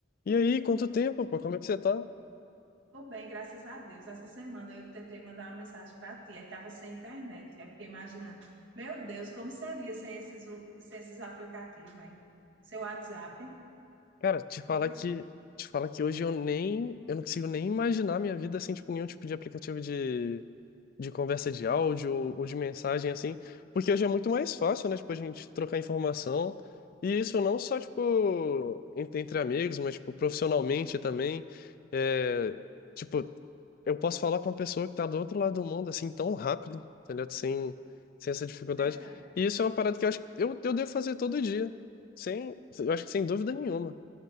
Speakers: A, on the left; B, on the right.
A: E aí, quanto tempo, pô? Como é que você tá?
B: Tô bem, graças a Deus. Essa semana eu tentei mandar uma mensagem para ti, aí tava sem internet. Aí fiquei imaginando, meu Deus, como seria sem esses, u- sem esses aplicativos, hein? Seu WhatsApp,
A: Cara, te
B: compli...
A: falar que, te falar que hoje eu nem, eu não consigo nem imaginar minha vida sem, tipo, nenhum tipo de aplicativo de, de conversa de áudio ou, ou de mensagem, assim, porque hoje é muito mais fácil, né, tipo, a gente trocar informação, e isso não só, tipo, entre, entre amigos, mas, tipo, profissionalmente também, é, tipo, eu posso falar com uma pessoa que tá do outro lado do mundo, assim, tão rápido, tá ligado? Sem, sem essa dificuldade.
B: verdade.
A: E isso é uma parada que eu acho que eu, eu devo fazer todo dia. Sem, eu acho que sem dúvida nenhuma.